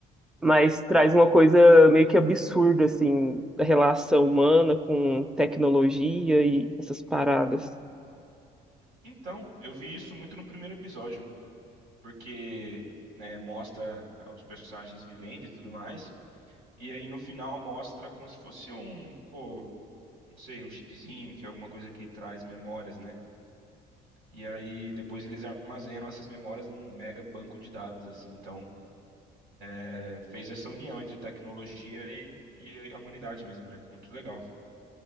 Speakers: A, in the centre; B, on the right.
A: mas traz uma coisa meio que absurda, assim, da relação humana com tecnologia e essas paradas.
B: Então, eu vi isso muito no primeiro episódio, porque né, mostra ah, os personagens vivendo e tudo mais, e aí no final mostra como se fosse um, pô, não sei, um chipzinho, que é alguma coisa que traz memórias, né? E aí depois eles armazenam essas memórias num mega banco de dados, assim. Então, é, fez essa união entre tecnologia e, e a humanidade mesmo, né? Muito legal.